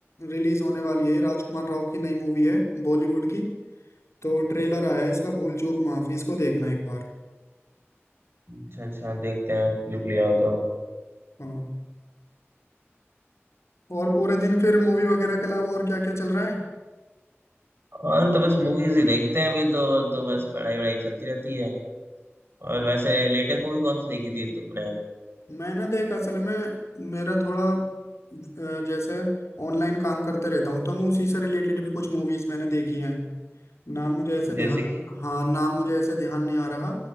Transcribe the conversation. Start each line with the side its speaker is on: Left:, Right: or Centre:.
Left: रिलीज होने वाली है राजकुमार राव की नई मूवी है बॉलीवुड की तो ट्रेलर आया है इसका भूल चूक माफ इसको देखना एक बार
Right: अच्छा अच्छा देखते हैं लिख लिया हो तो
Left: हाँ और पूरे दिन फिर मूवी वगैरह के अलावा और क्या क्या चल रहा है
Right: और तो बस मूवीज ही देखते हैं अभी तो तो बस पढ़ाई वढ़ाई चलती रहती है और वैसे लेटेस्ट मूवी कौन सी देखी थी तुमने
Left: मैंने देख असल में मेरा थोड़ा अ, जैसे ऑनलाइन काम करते रहता हूँ तो मैं उसी से रिलेटेड भी कुछ मूवीज मैंने देखी हैं ना मुझे ऐसे ध्यान
Right: जैसे कि
Left: हाँ ना मुझे ऐसे ध्यान नहीं आ रहा